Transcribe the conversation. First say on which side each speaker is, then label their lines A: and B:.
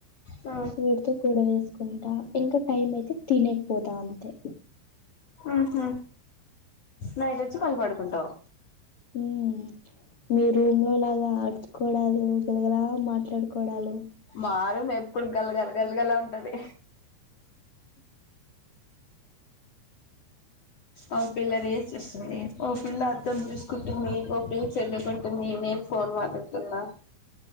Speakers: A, on the left; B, on the left.
A: ఆ
B: వీడితో గొడవేసుకుంటా ఇంకా టైం అయితే తినెకి పోతా అంతే
A: మ్ హు నైట్ వచ్చి మళ్ళి పడుకుంటావ్
B: మ్మ్ మీ రూమ్ లో లాగా ఆడుచుకోడాలు గలగలా మాట్లాడుకోడాలు
A: మా రూమ్ ఎప్పుడు గలగల గలగలా ఉంటది ఓ పిల్ల రిల్ చూస్తుంది ఓ పిల్ల అద్దం చూసుకుంటుంది ఓ పిల్ చదువుకుంటుంది నేను ఫోన్ మాట్లాడుతున్నా